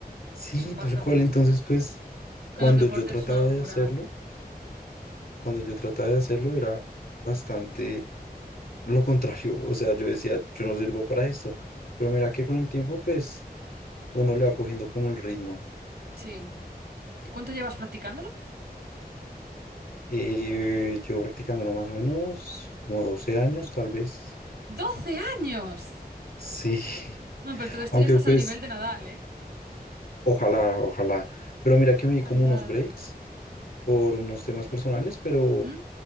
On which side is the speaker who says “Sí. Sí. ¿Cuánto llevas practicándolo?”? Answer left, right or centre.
Right